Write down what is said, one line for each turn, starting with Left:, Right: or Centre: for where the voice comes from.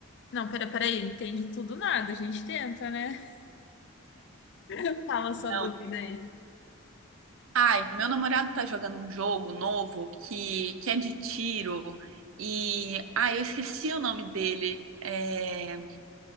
Left: Não, pera, peraí, entende tudo nada, a gente tenta, né? <laughs> Fala a sua
Right: Não.
Left: dúvida aí.
Right: Ai, meu namorado tá jogando um jogo novo que, que é de tiro e, ai, eu esqueci o nome dele. É,